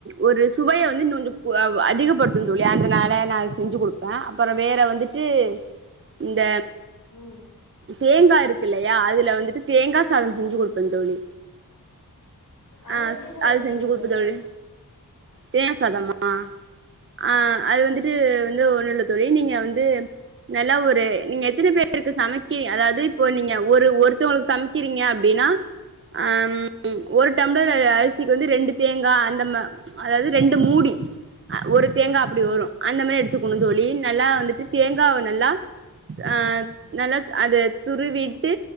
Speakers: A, on the right (about 35°); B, on the left (about 65°).
A: ஒரு சுவைய வந்து இன்னு கொஞ்சோ அதிகப்படுத்துந் தோழி அதனால நா அத செஞ்சு கொடுப்ப அப்பறோ வேற வந்துட்டு இந்த
B: ம்
A: தேங்கா இருக்கு இல்லையா அதுல வந்துட்டு தேங்காஸ் சாதம் செஞ்சு குடுப்பந் தோழி
B: அது
A: ஆ
B: எப்டி தோழி
A: அது செஞ்சு
B: செய்றது
A: குடுப்பே தோழி தேங்கா சாதமா ஆ அது வந்துட்டு வந்து ஒண்ணுல்ல தோழி நீங்க வந்து நல்லா ஒரு நீங்க எத்துன பேருக்கு சமைக்கிறீங்க அதாவது இப்போ நீங்க ஒரு ஒருத்தவங்களுக்கு சமைக்கிறீங்க அப்டின்னா அம் ம் ஒரு டம்ளர் அரிசிக்கு வந்து ரெண்டு தேங்கா அந்த மா அதாவது ரெண்டு மூடி ஒரு தேங்கா அப்டி
B: ம்
A: வரு அந்த மாரி எடுத்துக்கணு தோழி நல்லா வந்துட்டு தேங்காவ நல்லா அ நல்லா அத துருவிட்டு